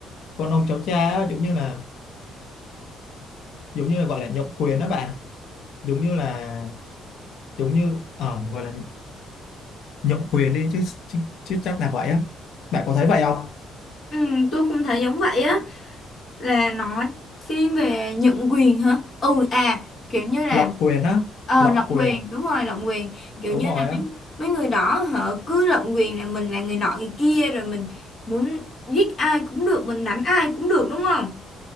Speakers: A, on the left; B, on the left.
A: con ông cháu cha á, giống như là giống như là gọi là nhượng quyền đó bạn giống như là giống như ờ gọi là nhượng quyền đi chứ chứ, chứ chắc là vậy á bạn có thấy vậy không
B: ừ tôi cũng thấy giống vậy á là nó thiên về nhận quyền hả ừ à kiểu như là
A: lộng quyền á
B: ờ
A: lộng
B: lộng
A: quyền
B: quyền đúng rồi lộng quyền kiểu
A: đúng
B: như
A: rồi
B: là
A: á
B: mấy mấy người đó họ cứ lộng quyền là mình là người nọ người kia rồi mình muốn giết ai cũng được mình đánh ai cũng được đúng không